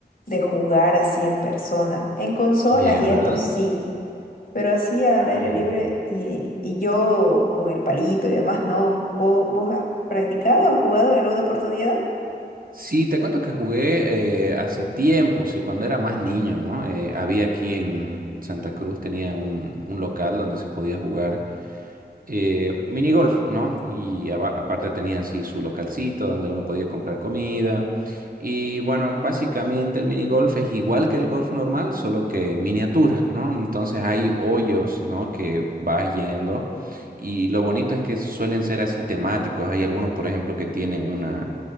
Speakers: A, on the left; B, on the right.
A: de jugar así en persona. En consolas
B: ¿Verdad?
A: y esto sí, pero así al aire
B: Ay.
A: libre y, y yo con el palito y demás, no. ¿Vos, vos has practicado, has jugado en alguna oportunidad?
B: Sí, te cuento que jugué eh, hace tiempo, sí, cuando era más niño, ¿no? Eh, había aquí en Santa Cruz, tenía un, un local donde se podía jugar eh, minigolf, ¿no? Y aba- aparte tenía así su localcito donde uno podía comprar comida. Y bueno, básicamente el minigolf es igual que el golf normal, solo que en miniatura, ¿no? Entonces hay hoyos, ¿no? Que vas yendo. Y lo bonito es que suelen ser así temáticos. Hay algunos, por ejemplo, que tienen una,